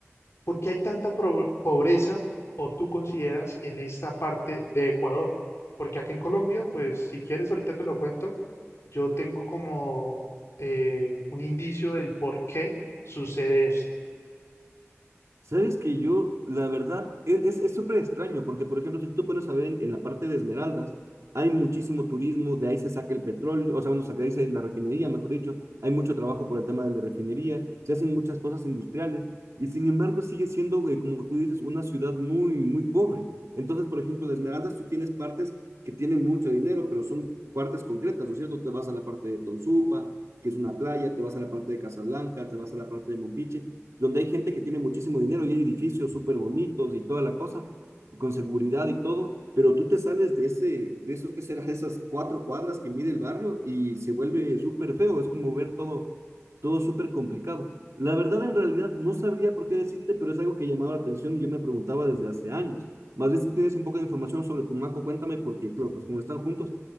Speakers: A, on the left (about 70°); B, on the right (about 90°).
A: ¿Por qué hay tanta pro- pobreza o tú consideras en esta parte de Ecuador? Porque acá en Colombia, pues si quieres, ahorita te lo cuento, yo tengo como eh, un indicio del por qué sucede esto.
B: Sabes que yo, la verdad, e- es es súper extraño, porque por ejemplo, si tú te pones a ver en, en la parte de Esmeraldas, hay muchísimo turismo, de ahí se saca el petróleo, o sea, uno saca de ahí se- la refinería, mejor dicho, hay mucho trabajo por el tema de la refinería, se hacen muchas cosas industriales, y sin embargo sigue siendo, eh, como tú dices, una ciudad muy, muy pobre. Entonces, por ejemplo, de Esmeraldas tú tienes partes que tienen mucho dinero, pero son partes concretas, ¿no es cierto? Te vas a la parte de Tonsupa, que es una playa, te vas a la parte de Casablanca, te vas a la parte de Mompiche donde hay gente que tiene muchísimo dinero y hay edificios súper bonitos y toda la cosa, con seguridad y todo, pero tú te sales de ese, de esos que será, de esas cuatro cuadras que mide el barrio y se vuelve súper feo, es como ver todo, todo súper complicado. La verdad, en realidad, no sabría por qué decirte, pero es algo que llamaba la atención y yo me preguntaba desde hace años. Más bien, si tienes un poco de información sobre Tumaco, cuéntame, porque, claro, pues como están juntos,